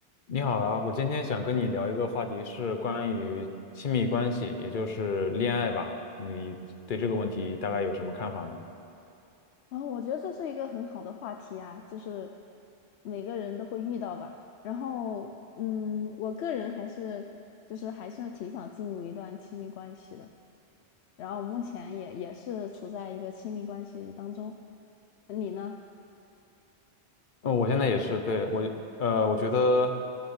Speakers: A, on the left (about 50°); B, on the left (about 75°).
A: 你好啊，我今天想跟你聊一个话题，是关于亲密关系，也就是恋爱吧。你对这个问题大概有什么看法呢？
B: 然后我觉得这是一个很好的话题啊，就是每个人都会遇到吧。然后，嗯，我个人还是就是还是挺想进入一段亲密关系的。然后目前也也是处在一个亲密关系当中。你呢？
A: 嗯，我现在也是，对，我，呃，我觉得，